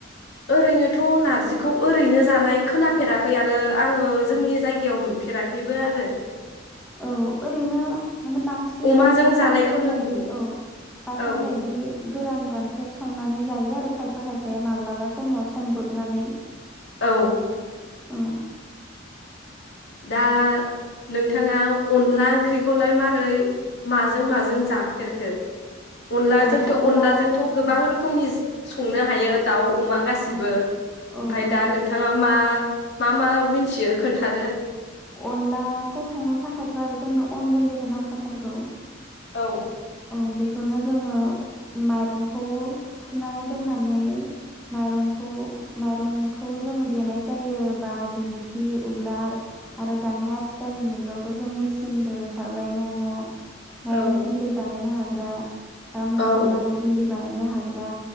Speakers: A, on the left; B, in the centre.
A: ओरैनोथ नारजि- खौ ओरैनो जानाय खोनाफेराखै आरो आङो जोंनि जायगायाव नुफेराखैबो आरो ।
B: औ ओरैनो माने बांसिन
A: अमाजों
B: माने
A: जानायखौनो
B: बाथोन बायदि
A: नुयो
B: औ बाथोन
A: औ
B: बायदि गोरान रानथेब संनानै जायो आरो खायफा खायफाया माब्लाबा समाव संब्रबनानै
A: औ
B: ओम
A: दा नोंथाङा अनला ओंख्रिखौलाय मारै माजों माजों जाफेरखो? अनलाजोंथ
B: औ अनला
A: अनलाजोंथ गोबां रोख खोमनिस संनो हायोद दाउ अमा गासिबो
B: औ औ
A: ओमफ्राय दा
B: औ
A: नोंथाङा मा? मा मा मिथियो खोन्था
B: अनलाखौ संनो थाखायथ' आरो जोंनाव अन गुन्दैखौ नांखाथारगौ।
A: औ
B: औ बेखौनो जोङो माइरंखौ सुनानै दोननानै माइरंखौ माइरंखौ जोङो देनाय जायो बा दिंखि उलार आरो दानि आथिखालनि मुगायावथ' जों मेसिनबो ओंखारबाय न' न'
A: औ
B: माइरं गुन्दै बानायनो हाग ब्रा बा मस्ला
A: औ
B: आरि गुन्द्रि बानायनो हाग्रा